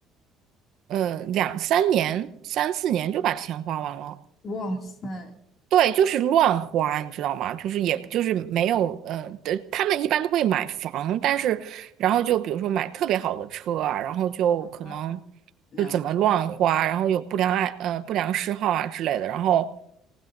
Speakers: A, on the right (about 60°); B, on the left (about 45°).
A: 呃，两三年、三四年就把钱花完了。
B: 哇塞，
A: 对，就是乱花，你知道吗？就是也就是没有，呃，对他们一般都会买房，但是然后就比如说买特别好的车啊，然后就可能
B: 啊，了解，
A: 就怎么乱花，然后有不良爱呃不良嗜好啊之类的，然后